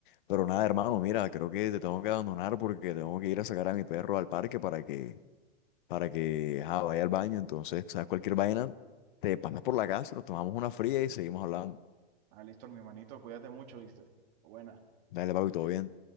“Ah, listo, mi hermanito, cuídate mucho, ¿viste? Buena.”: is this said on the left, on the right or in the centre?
Right